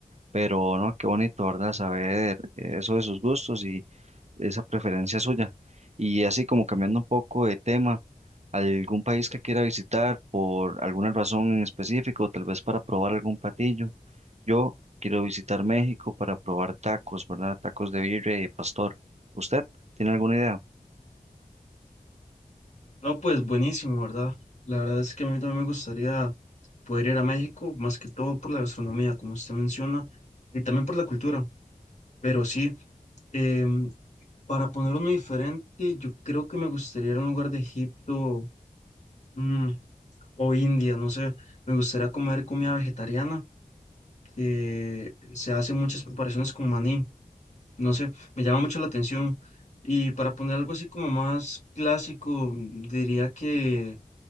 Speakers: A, on the right (about 50°); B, on the left (about 55°).
A: Pero no, qué bonito, ¿verdad? Saber eso de sus gustos y esa preferencia suya. Y así como cambiando un poco de tema, algún país que quiera visitar por alguna razón en específico, tal vez para probar algún platillo. Yo quiero visitar México para probar tacos, ¿verdad? Tacos de birria y pastor. ¿Usted tiene alguna idea?
B: No, pues buenísimo, ¿verdad? La verdad es que a mí también me gustaría poder ir a México, más que todo por la gastronomía, como usted menciona, y también por la cultura. Pero sí, em, para poner uno diferente, yo creo que me gustaría ir a un lugar de Egipto. mm, o India, no sé, me gustaría comer comida vegetariana, que se hacen muchas preparaciones con maní, no sé, me llama mucho la atención. Y para poner algo así como más clásico, diría que